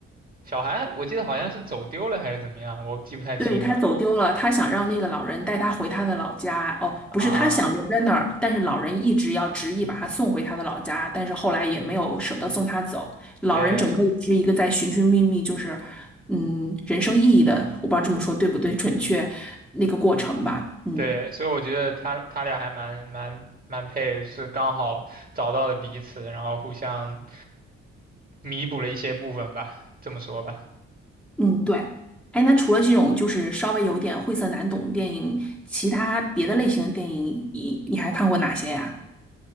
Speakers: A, on the right; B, in the centre.
A: 小孩我记得好像是走丢了还是怎么样，我记不太清了
B: 对，他走丢了，他想让那个老人带他回他的老家。哦，不是，
A: 啊。
B: 他想留在那儿，但是老人一直要执意把他送回他的老家，但是后来也没有舍得送他走。老人整个也是一个在寻寻觅觅，
A: 对，
B: 就是嗯，人生意义的，我不知道这么说对不对，准确那个过程吧。嗯
A: 对，所以我觉得他他俩还蛮蛮蛮配的，就是刚好找到了彼此，然后互相弥补了一些部分吧，这么说吧。
B: 嗯，对。哎，那除了这种就是稍微有点晦涩难懂的电影，其他别的类型的电影，你你还看过哪些呀？